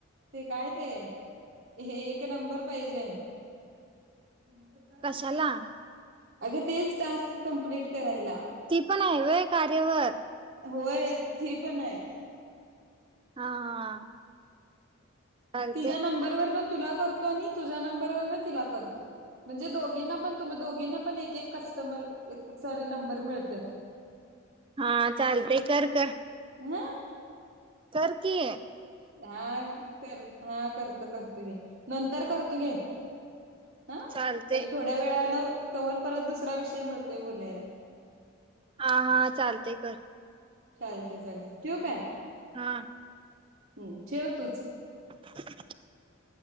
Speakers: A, on the right; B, on the right.
A: ते काय ते हे एक नंबर पाहिजे आहे. ते कर
B: कशाला
A: की ग अगं तेच टास्क कंप्लीट करायला.
B: ती पण आहे होय. कारेवर
A: होय ती पण हाय.
B: हा हा. चालते
A: तिज्या नंबरवरन तुला करतो आणि तुझा नंबर वरण तिला करतो. म्हणजे दोघींना पण तुमा दोघींना पण एक एक कस्टमर एक सारी नंबर मिळत्यात.
B: हा चालतय कर कर
A: हा.
B: कर की
A: हा कर हा करत तर करतो घे. नंतर करतो घे ह
B: चालते
A: एक थोड्या वेळान तवर परत दुसरा विषय मिळतोय बोलायला.
B: हा हा चालतय कर.
A: चालतय चालतय ठेवू काय?
B: हा.
A: हम्म ठेव तूच
B: <inaudible>